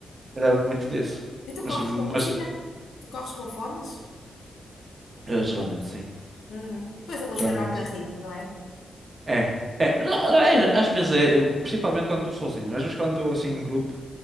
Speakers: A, on the right (about 25°); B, on the left (about 75°).
A: era muito disso.
B: E tu
A: Mas,
B: corres
A: mas
B: com música? Tu corres com fones?
A: eh, geralmente sim,
B: Uhum. Pois a música
A: geralmente.
B: dá aquele ritmo, não é?
A: É, é, não, não é- às vezes é, eu- principalmente quando estou sozinho, às vezes quando estou assim em grupo,